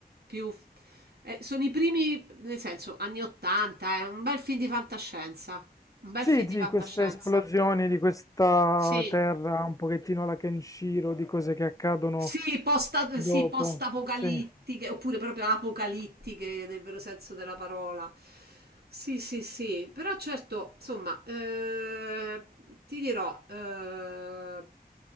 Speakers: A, on the right; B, on the left.
A: più... eh, sono i primi, nel senso, anni 80, è un bel film di fantascienza, un bel
B: Sì,
A: film di
B: sì,
A: fantascienza.
B: queste esplosioni di questa
A: Sì,
B: terra, un pochettino la Kenshiro, di cose che accadono
A: sì, posta,
B: dopo.
A: sì, post-apocalittiche,
B: Sì.
A: oppure proprio apocalittiche nel vero senso della parola. Sì, sì, sì, però certo, insomma, eh, ti dirò, eh,